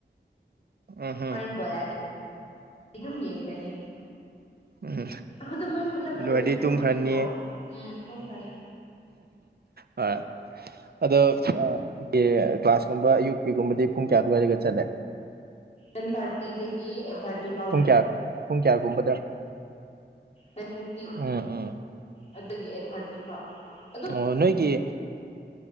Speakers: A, on the right; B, on the left.
A: ꯎꯝꯍꯨꯝ
B: ꯐꯔ ꯕꯣꯂꯛꯗꯤ ꯑꯗꯨꯝ ꯌꯦꯡꯈꯅꯤ
A: ꯎꯝ
B: ꯈꯨꯗꯝꯃꯩ ꯃꯨꯠꯂꯒ
A: ꯂꯣꯏꯔꯗꯤ
B: ꯂꯩꯕꯅꯦꯀꯣ
A: ꯇꯨꯝꯈ꯭ꯔꯅꯤ
B: ꯍꯧꯖꯤꯛꯇꯣ ꯎꯝ ꯇꯨꯡ ꯐꯅꯤ
A: ꯍꯣꯏ ꯑꯗꯣ ꯑꯩꯈꯣꯏꯒꯤ ꯀ꯭ꯂꯥꯁꯀꯨꯝꯕ ꯑꯌꯨꯛꯀꯤꯒꯨꯝꯕꯗꯤ ꯄꯨꯡ ꯀꯌꯥ ꯑꯗꯨꯋꯥꯏꯒ ꯆꯠꯂꯦ
B: ꯦꯟ ꯊꯥꯔꯇꯤꯗꯒꯤ ꯊꯥꯔꯇꯤ ꯐꯥꯎꯅꯦ
A: ꯄꯨꯡ ꯀꯌꯥ ꯄꯨꯡ ꯀꯌꯥꯒꯨꯝꯕꯗ
B: ꯑꯩꯠ ꯊꯥꯔꯇꯤ
A: ꯎꯝ ꯎꯝ
B: ꯑꯗꯨꯗꯒꯤ ꯑꯩꯠ ꯊꯥꯔꯇꯤ ꯐꯥꯏꯚ
A: ꯑꯣ ꯅꯣꯏꯒꯤ